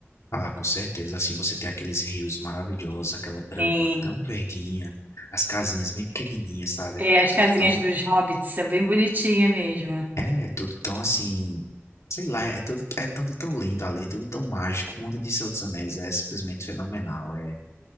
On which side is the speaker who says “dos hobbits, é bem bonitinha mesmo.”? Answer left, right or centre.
Right